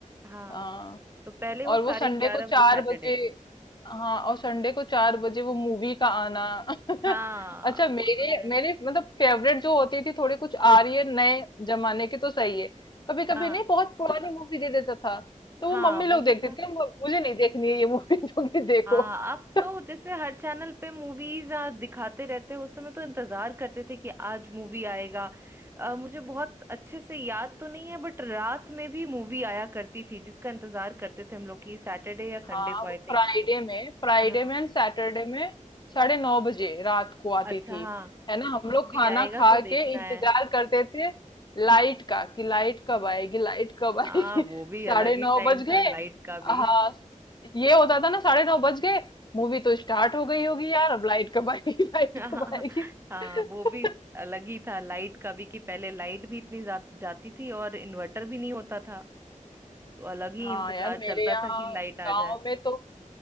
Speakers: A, on the right; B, on the left.
A: हाँ
B: हाँ
A: तो पहले वो
B: और
A: साढ़े
B: वो संडे
A: ग्यारह
B: को
A: बजे
B: चार
A: सैटरडे
B: बजे हाँ और संडे को चार बजे वो मूवी का आना <laughs>
A: हाँ
B: अच्छा मेरे
A: वो तो है
B: मेरे मतलब फेवरेट जो होती थी थोड़ी कुछ आ रही है नए जमाने की तो सही है कभी कभी
A: हाँ
B: नहीं बहुत पुरानी मूवी दे देता था तो वो
A: हाँ
B: मम्मी लोग
A: वो भी
B: देखती
A: था
B: थी कि "म- मुझे नहीं देखनी है ये मूवी <laughs> जो कि देखो
A: हाँ अब
B: <laughs>
A: तो जैसे हर चैनल पे मूवीज दिखाते रहते हैं उस समय तो इंतजार करते थे कि आज मूवी आएगा अ, मुझे बहुत अच्छे से याद तो नहीं है बट रात में भी मूवी आया करती थी जिसका इंतजार करते थे हम लोग कि सैटरडे या संडे
B: हाँ
A: को आई
B: वो
A: थिंक
B: फ्राइडे में फ्राइडे
A: हाँ
B: में एंड सैटरडे में साढ़े नौ बजे रात को आती
A: अच्छा
B: थी
A: हाँ
B: है ना
A: कि
B: हम लोग
A: मूवी
B: खाना
A: आएगा
B: खा
A: तो देखना
B: के इंतजार
A: है
B: करते थे लाइट का कि लाइट कब आएगी लाइट कब आएगी
A: हाँ वो भी
B: <laughs> साढ़े
A: अलग ही
B: नौ
A: टाइम
B: बज गए
A: था लाइट का भी
B: हाँ
A: <laughs>
B: ये होता था ना साढ़े नौ बज गए मूवी तो स्टार्ट हो गई होगी यार अब लाइट
A: जी।
B: कब आएगी <laughs> लाइट
A: हाँ
B: कब आएगी
A: हाँ
B: <laughs>
A: वो भी अलग ही था लाइट का भी कि पहले लाइट भी इतनी जा, जाती थी और इन्वर्टर भी नहीं होता था तो अलग ही
B: हाँ
A: इंतजार
B: यार मेरे
A: चलता
B: यहाँ
A: था कि लाइट आ
B: गांव
A: जाए
B: में तो